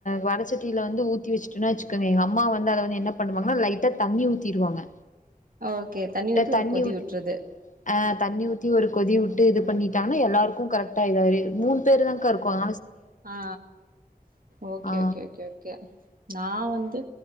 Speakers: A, on the left (about 55°); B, on the right (about 70°).
A: வட சட்டியில வந்து ஊத்தி வச்சுட்டுன்னா வச்சுக்கோங்க எங்க அம்மா வந்து அதை வந்து என்ன பண்ணுவாங்கன்னா லைட்டா தண்ணி ஊத்திருவாங்க
B: ஓகே தண்ணி
A: லைட்டா
B: ஊத்தி ஒரு கொதி
A: ஊத்தி
B: விட்டுறது
A: ஆ தண்ணி ஊத்தி ஒரு கொதி விட்டு இது பண்ணிட்டாங்கன்னா எல்லாருக்கும் கரெக்டா இதாயிரும் மூணு பேரு தான்கா இருக்கொம்
B: ஆ ஓகே
A: ஆ
B: ஓகே ஓகே ஓகே நான் வந்து